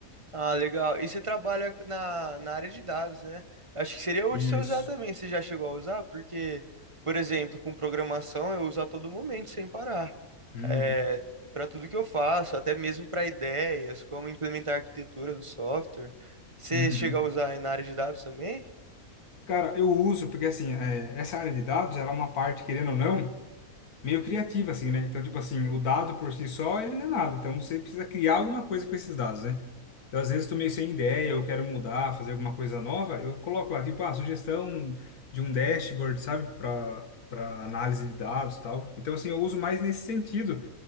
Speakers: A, on the right (about 25°); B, on the left (about 85°).
A: Ah, legal. E você trabalha na, na área de dados, né? Acho que seria útil
B: Isso.
A: você usar também. Você já chegou a usar? Porque, por exemplo, com programação eu uso a todo momento, sem parar.
B: Uhum,
A: É, para tudo que eu faço, até mesmo para ideias, como implementar a arquitetura do software. Você
B: uhum.
A: chega a usar aí na área de dados também?
B: Cara, eu uso porque assim, é, essa área de dados, ela é uma parte, querendo ou não. meio criativa, assim, né? Então, tipo assim, o dado por si só, ele não é nada. Então, você precisa criar alguma coisa com esses dados, né? Então, às vezes, estou meio sem ideia, eu quero mudar, fazer alguma coisa nova, eu coloco lá, tipo, ah, sugestão de um dashboard, sabe? Para para análise de dados e tal. Então, assim, eu uso mais nesse sentido.